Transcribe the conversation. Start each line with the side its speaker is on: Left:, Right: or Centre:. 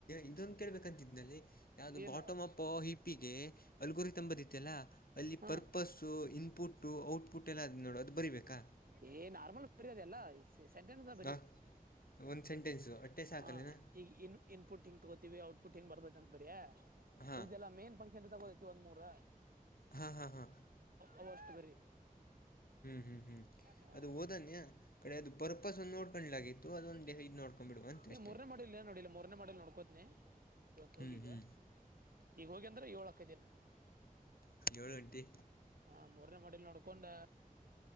Left: ಇದೊಂದು ಕೇಳ್ಬೇಕಂತಿದ್ನಲ್ಲಿ ಯಾವವು್ದ
Right: ಏನ್
Left: ಬಾಟಮ್ ಅಪ್ ಹಿಪಿಗೆ ಅಲ್ಗುರಿ ಬರತಲ್ಲ ಅಲ್ಲಿ
Right: ಹಾ
Left: ಪರ್ಪಸ್ ಇನ್ಪುಟ್ ಔಟ್ಪುಟ್ ಎಲ್ಲ ನೋಡು ಅದು ಬರಿಬೇಕಾ
Right: ಏ ನಾರ್ಮಲ್ ಬರ ಅದೆಲ್ಲ ಸೆಂಟೆನ್ಸ್ ಬರಿ
Left: ಹಾಂ ಒಂದು ಸೆಂಟೆನ್ಸು ಅಟ್ಟೆ ಸಾಕಲ್ಲೇನಾ
Right: ಹಾ ಈಗ ಇನ್ ಇನ್ಪುಟ್ ಹಿಂಗ ತಗೋತೀವಿ ಔಟ್ಪುಟ್ ಿಂಗ್ ಬರ್ದೈತೆ ಅಂತ ಬರಿ
Left: ಹಾಂ
Right: ಉಳ್ದ ಎಲ್ಲ ಮೇನ್ ಫಂಕ್ಷನ್ ತಗೋದೈತಿ ಒಂದ್ ಮೂೂರ
Left: ಹಾಂ ಹಾಂ ಹಾಂ
Right: ಅವಷ್ಟು ಬರಿ
Left: ಹ್ಮ್ ಹ್ಮ್ ಹ್ಮ್
Right: ಹಾ
Left: ಅದು ಓದನ್ಯ ಕಡೆ ಅದು ಪರ್ಪಸ್ ಒಂದು ನೋಡ್ಕೊಂಡ್ಲಾಗಿತ್ತು ಅದೊಂದು ನೋಡ್ಕೊಂಬಿಡುವ ಅಂತ
Right: ಏ
Left: ಅಷ್ಟೇ
Right: ಮರನೇ ಮಾಡಿಲ್ ಏ ನೋಡಿಲ್ಲ ಮರನೇ ಮಾಡಿಲ್ ನೋಡ್ಕೋತ್ನ ಇವತ್ತು
Left: ಹ್ಞೂ
Right: ಹೋಗಿ ಈಗ
Left: ಹ್ಞೂ
Right: ಈಗ ಹೋಗ್ಯ ಅಂದ್ರ ಏಳಕ್ಕ ದಿನ
Left: ಏಳು ಗಂಟೆ
Right: ಹಾ ಮೂರನೇ ಮಾಡಲ್ ನೋಡ್ಕೊಂಡ